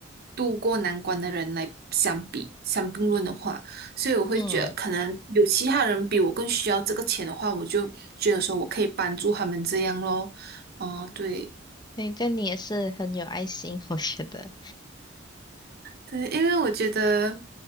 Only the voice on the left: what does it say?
嗯，
那这你也是很有爱心，我觉得，